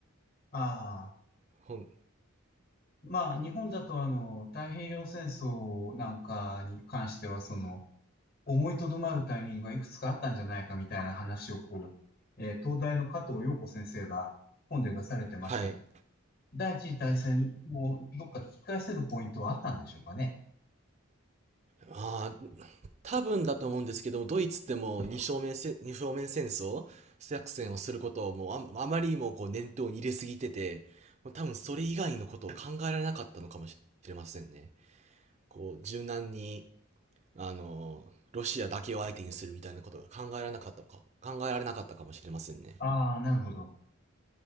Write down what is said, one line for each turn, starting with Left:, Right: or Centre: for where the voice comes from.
Left: あ、
Right: ほん、
Left: まあ、日本だと、あの、太平洋戦争なんかに関しては、その、思いとどまるタイミングがいくつかあったんじゃないかみたいな話を、こう、えー東大の加藤陽子先生が本で出されてましたけど、
Right: はい。
Left: 第一次大戦をどっか聞き返せるポイントはあったんでしょうかね。
Right: ああ、多分だと思うんですけども、ドイツってもう二正面せ、二正面戦争作戦をすることをもうあん、あまりにもこう念頭に入れすぎてて、もう多分それ以外のことを考えられなかったのかもしれませんね。こう、柔軟に、あの、ロシアだけを相手にするみたいなことが考えられなかったのか、考えられなかったかもしれませんね。
Left: ああ、なるほど。